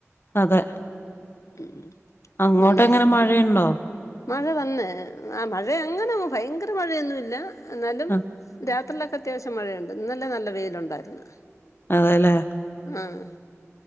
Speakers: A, on the left; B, on the left.
A: അതെ
B: ഉം
A: അങ്ങോട്ട്
B: പിന്നെ
A: എങ്ങനെ മഴയുണ്ടോ?
B: മഴ തന്നെ, ആഹാ മഴ അങ്ങനെ ഭയങ്കര മഴയൊന്നുമില്ല. എന്നാലും
A: ആഹ്
B: രാത്രിയിലൊക്കെ അത്യാവശ്യം മഴയുണ്ട്. ഇന്നലെ നല്ല വെയിലുണ്ടായിരുന്നു.
A: അതെ ലേ.
B: ആഹ്